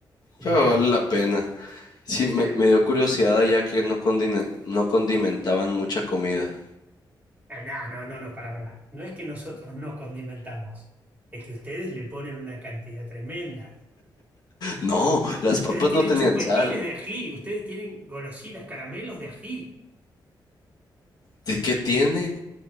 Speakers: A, on the right; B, on the left.
A: me
B: pero
A: encanta.
B: vale la pena. Sí,
A: Sí.
B: me,
A: Eh,
B: me dio curiosidad ya que no, condine- no condimentaban mucha comida.
A: No, no, no, no, para, para. No es que nosotros no condimentamos, es que ustedes le ponen una cantidad tremenda.
B: No, las
A: Ustedes
B: papas
A: tienen
B: no tenían
A: chupetines
B: sal.
A: de ají, ustedes tienen golosinas, caramelos de ají.
B: ¿De qué tiene?